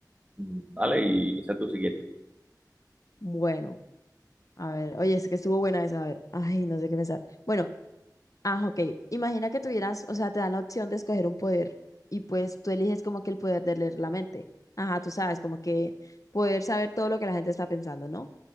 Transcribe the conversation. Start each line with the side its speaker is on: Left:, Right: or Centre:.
Right: mm, dale y inicia tú si quieres.
Left: Bueno, a ver. Oye, es que estuvo buena esa, a ver. Ay, no sé qué pensar. Bueno, ah, ok. Imagina que tuvieras, o sea, te dan la opción de escoger un poder y pues tú eliges como que el poder de leer la mente. Ajá, tú sabes, como que poder saber todo lo que la gente está pensando, ¿no?